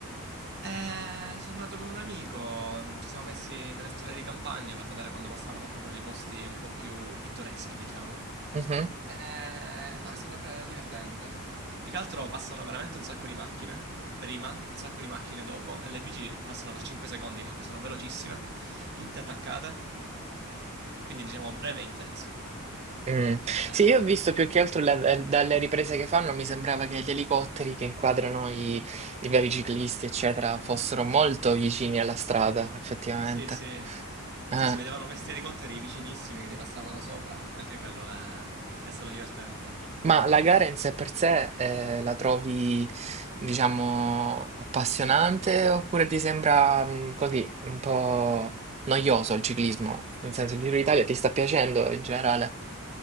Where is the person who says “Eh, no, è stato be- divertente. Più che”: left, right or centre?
Right